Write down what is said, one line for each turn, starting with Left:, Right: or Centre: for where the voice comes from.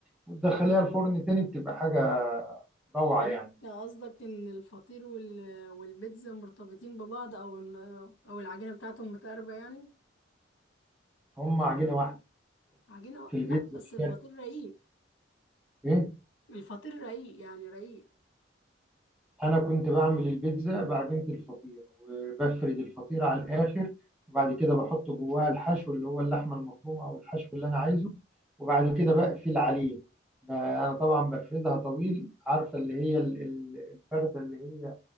Centre: وتدخليها الفرن تاني بتبقى حاجه روعة
Left: يعني
Centre: يعني
Left: انت قصدك ان الفطير وال- والبيتزا مرتبطين ببعض او ان او العجينه بتاعتهم متقاربه يعني
Centre: هم عجينة واحدة
Left: عجينه
Centre: في
Left: لا
Centre: البيتزا
Left: بس
Centre: مش
Left: الفطير
Centre: فاهم
Left: رقيق
Centre: ايه
Left: الفطير رقيق يعني رقيق
Centre: انا كنت بعمل البيتزا بعجينة الفطير وبفرد الفطير على الاخر وبعد كده بحط جواها الحشو اللي هو اللحمة المفرومة او الحشو اللي انا عايزه وبعد كده بقفل عليه ب- انا طبعا بفردها طويل عارفة اللي هي ال- ال- الفردة اللي هي